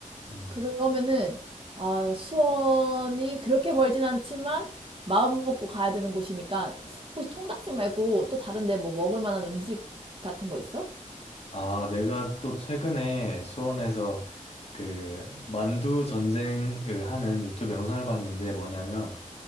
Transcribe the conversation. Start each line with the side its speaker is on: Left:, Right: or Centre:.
Left: 음.
Right: 그러면은, 아, 수원이 그렇게 멀진 않지만, 마음 먹고 가야 되는 곳이니까, 혹시 통닭집 말고 또 다른데 뭐 먹을 만한 음식 같은 거 있어?
Left: 아, 내가 또 최근에 수원에서 그 만두 전쟁을 하는 유튜브 영상을 봤는데 뭐냐면